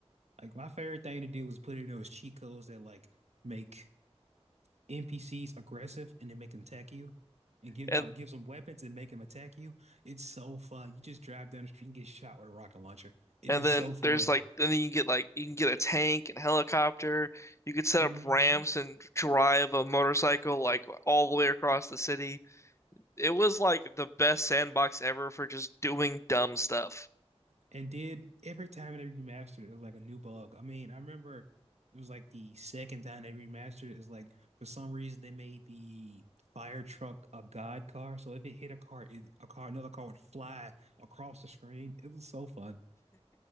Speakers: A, on the right (about 80°); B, on the left (about 25°).
A: like my favorite thing to do was put in those cheat codes that like make NPCs aggressive and then make them attack you. And give
B: And
A: no, it gives them weapons and make them attack you. It's so fun. You just drive down the street and get shot with a rocket launcher. It
B: and
A: is
B: then
A: so fun.
B: there's like and then you get like you can get a tank and helicopter. You could set
A: hmm
B: up ramps and drive a motorcycle like all the way across the city. It was like the best sandbox ever for just doing dumb stuff.
A: And did every time they remastered it, it was like a new bug. I mean, I remember it was like the second time they remastered it, is like for some reason they made the fire truck a god car. So if it hit a car, it, a car, another car would fly across the screen. It was so fun.